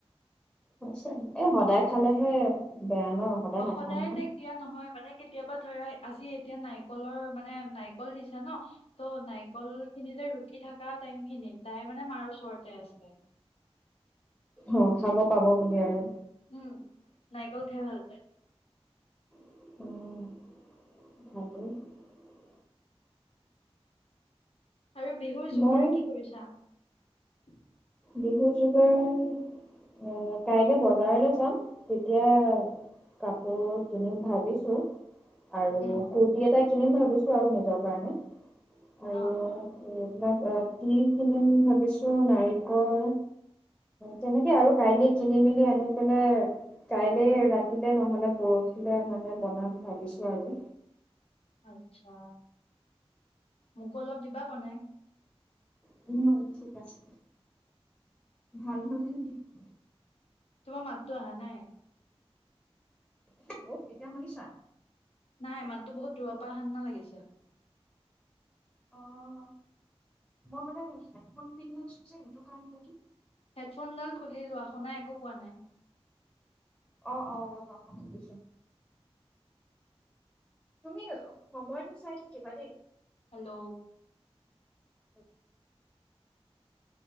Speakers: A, in the centre; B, on the left.
A: <unintelligible> সদায় খালেহে বেয়া ন
B: অ'
A: নাখায়
B: সদায়
A: নহয়।
B: তাইক দিয়া নহয় মানে কেতিয়াবা ধৰা আজি এতিয়া নাৰিকলৰ মানে নাৰিকল দিছে ন', তো, নাই কল খিনি যে ৰুকি থাকা টাইম খিনিত তাই মানে মাৰ ওচৰতে আছে।
A: অ' খাব পাব বুলি আৰু।
B: উম, নাৰিকল খাই ভাল পায়।
A: <unintelligible>
B: আৰু বিহুৰ যোগাৰ
A: মই
B: কি কৰিছা? <inaudible>
A: বিহু যোগাৰ <unintelligible> কাইলৈ বজাৰলৈ যাম, তেতিয়া কাপোৰ কিনিম ভাবিছো। আৰু
B: উম,
A: কুুৰ্তি এটা কিনিম ভাবিছো আৰু নিজৰ কাৰণে। আৰু
B: অ',
A: <unintelligible> <unintelligible> তিল কিনিম ভাবিছো নাৰি কল, তেনেকে আৰু কাইলে কিনি মেলি আনি পেলাই, কাইলে ৰাতিলে নহলে পৰহিলে মানে বনাম ভাবিছো আৰু।
B: আচ্ছা, মোকো অলপ দিবা বনাই।
A: দিম বাৰু থিক আছে। ভাল হ'লেহে দিম।
B: তোমাৰ মাততো আহা নাই।
A: <unintelligible> এতিয়া শুনিছা?
B: নাই, মাতটো বহুত দূৰৰ পা আহা <unintelligible> লাগিছে।
A: অহ, মই মানে হেডফোন পিন্ধি আছো যে সেইটো কাৰনে নেকি।
B: হেডফোনডাল খুলি লোৱা, শুনা একো পোৱা নাই।
A: অ', অ', ৰবা মই খুলিছোঁ। তুমি সময়তটো চাই থাকিবা দেই।
B: Hello.
A: <inaudible>